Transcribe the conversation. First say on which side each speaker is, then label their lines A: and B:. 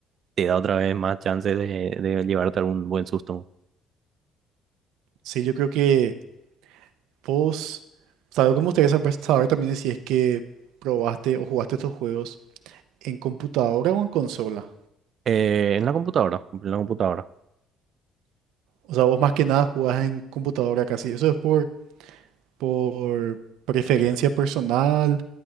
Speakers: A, on the right; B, on the right.
A: te da otra vez más chance de, de llevarte algún buen susto.
B: sí, yo creo que vos, o sea, algo que me gustaría saber saber también es si es que probaste o jugaste estos juegos en computadora o en consola.
A: Eh, en la computadora, en la computadora.
B: O sea, vos más que nada jugás en computadora casi. ¿Eso es por, por preferencia personal